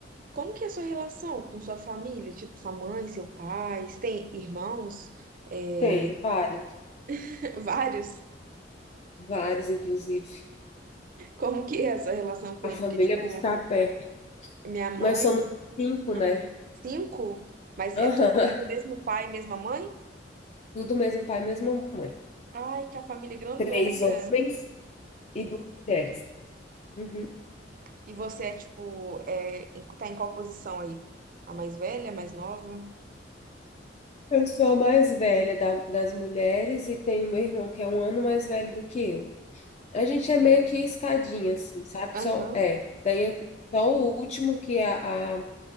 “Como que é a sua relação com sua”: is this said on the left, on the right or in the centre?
Right